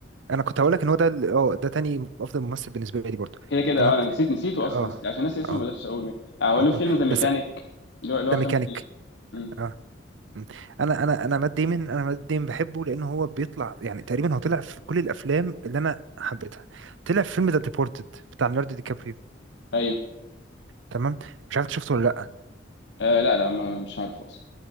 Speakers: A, on the right; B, on the left.
A: انا كنت هقول لك ان هو ده ال- اه ده تاني افضل ممثل بالنسبه لي برضه
B: كده كده
A: تمام
B: اه انا نسيت نسيته
A: اه
B: اصلا نسيت. عشان ناسي اسمه
A: اه
B: ما قدرتش اقوله آه هو
A: اه
B: له فيلم ذا ميكانيك
A: بس
B: له له
A: ده
B: افلام
A: ميكانيك
B: كتير مم.
A: آه. مم. انا انا انا مات ديمن انا مات ديمن بحبه لان هو بيطلع يعني تقريبا هو طلع في كل الافلام اللي انا حبيتها طلع في فيلم ذا ديبورتد بتاع ليوناردو دي كابريو
B: ايوه
A: تمام مش عارف إنت شفته ولا لا
B: آه لا لا ما مش عارفه اصلا